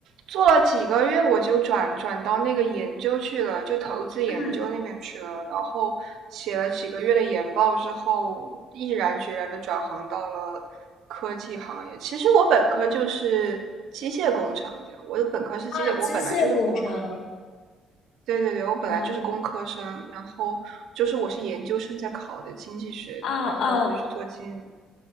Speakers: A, on the right; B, on the left.
A: 做了几个月，我就转转到那个研究去了，就投资研究那边去了。
B: 嗯，
A: 然后写了几个月的研报之后，毅然决然的转行到了科技行业。其实我本科就是机械工程的，我的本科是机械，
B: 啊，机械工程，
A: 我本来就是工科生。对对对，我本来就是工科生，
B: 哇，
A: 然后就是我是研究生在考的经济学的，
B: 啊啊，
A: 然后我就去做经理，